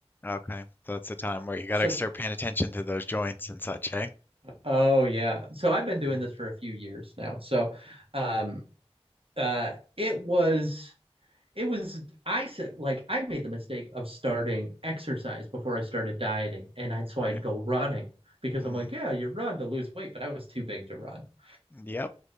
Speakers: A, on the left (about 20°); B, on the right (about 60°).
A: Okay, so that's the time where you got
B: So
A: to start paying attention to those joints and such, hey?
B: Oh yeah. So I've been doing
A: Mhm,
B: this for a few years now. So um
A: mm,
B: uh it was it was I said like I made the mistake of starting exercise before I started dieting and I'd so
A: Right.
B: I'd go running because
A: Mm,
B: I'm like, yeah, you run to lose weight, but I was too big to run. <laughs>
A: yep.